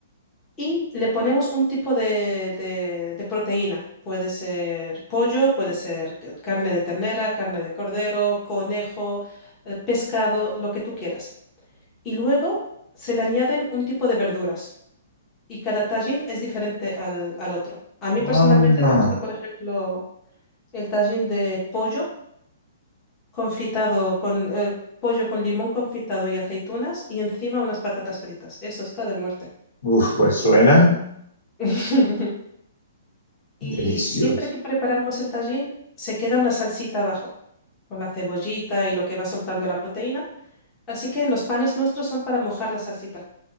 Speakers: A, on the left (about 20°); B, on the left (about 70°).
A: Y le ponemos un tipo de, de- de proteína. Puede ser pollo, puede ser c- carne de ternera, carne de cordero, conejo, eh, pescado, lo que tú quieras. Y luego se le añaden un tipo de verduras. Y cada tajín es diferente al, al otro. A mí personalmente
B: Ah,
A: me gusta, por ejemplo, el tajín de pollo confitado con eh, pollo con limón confitado y aceitunas y encima unas patatas fritas. Eso está de muerte.
B: uf, pues suena
A: <laughs> Y
B: delicioso.
A: siempre que preparamos el tajín, se queda una salsita abajo, con la cebollita y lo que va soltando la proteína. Así que los panes nuestros son para mojar la salsita.